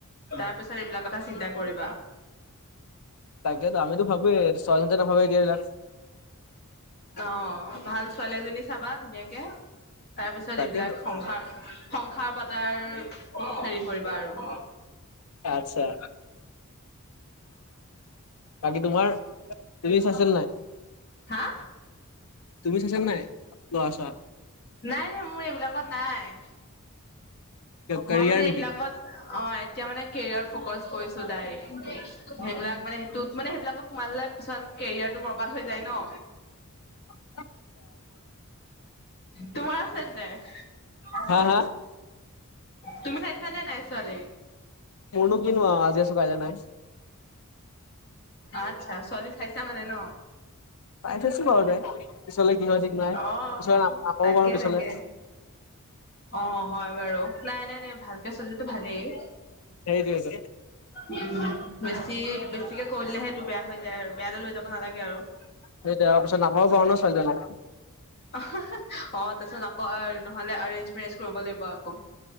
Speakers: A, on the left (about 45°); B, on the left (about 75°).
A: তাৰ পিছত এইবিলাক কথা চিন্তা কৰিবা।
B: তাকেতো আমিতো ভাবোৱে স্বাধীনতাভাৱে
A: অ' ভাল ছোৱালী এজনী চাবা ধুনীয়াকে। তাৰপিছত
B: তাকেতো
A: এইবিলাক সংসাৰ-সংসাৰ পাতাৰ হেৰি কৰিবা আৰু।
B: আতছা। বাকী, তোমাৰ ক্ৰিছ আছিল নাই?
A: হা?
B: তুমি চাইচানে নাই? ল'ৰা চোৱা
A: নাই নাই, মোৰ এইবিলাকত নাই। মই
B: কেৰিয়াৰ
A: মানে
B: নেকি
A: এইবিলাকত, অ' এতিয়া মানে কেৰিয়াৰ ফকাচ কৰিছোঁ ডাইৰেক্ট, সেইবিলাক মানে সেইটোত মানে সেইবিলাকত সোমাই ললে পিছত কেৰিয়াৰটো বৰবাদ হৈ যায় ন। <inaudible>
B: অ'।
A: তোমাৰ আছেনে নাই?
B: হা হা
A: তুমি চাইছা নে নাই ছোৱালী?
B: মোৰনো কিনো, আজি আছো কাইলে নাই।
A: আচ্ছা, ছোৱালী চাইছা মানে ন।
B: চাই থৈছো বাৰু তে, পিছলে কি হয় ঠিক নাই,
A: অ
B: পিছ <unintelligible>
A: তাকে
B: বাৰু পিছলে
A: তাকে অ হয় বাৰু, নাই নাই নাই, ভালকে চালেটো ভালেই।
B: <unintelligible>
A: উম' বেছি-বেছিকে কৈ দিলে সেইটো বেয়া হৈ যায় আৰু, বেয়ালৈ লৈ যাব নালাগে আৰু।
B: সেই <unintelligible> পিছত নাপাবও পাৰো ন, ছোৱালী-টোৱালী।
A: অ' তাৰপিছত আকৌ নহলে এৰেঞ্জ মেৰেজ কৰিব লাগিব আকৌ।